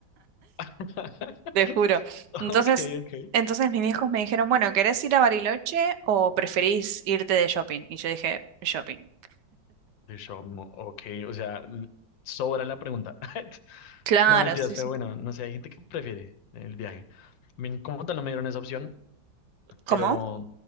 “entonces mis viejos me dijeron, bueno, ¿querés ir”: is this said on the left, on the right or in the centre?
Right